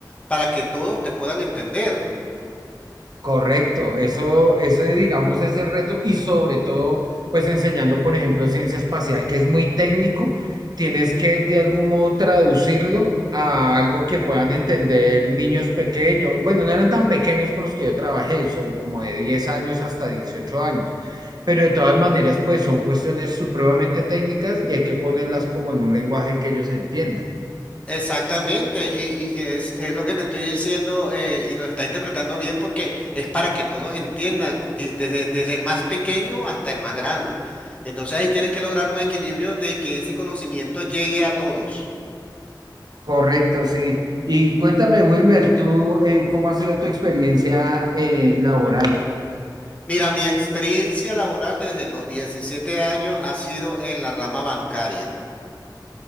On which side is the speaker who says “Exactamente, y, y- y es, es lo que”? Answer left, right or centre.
Left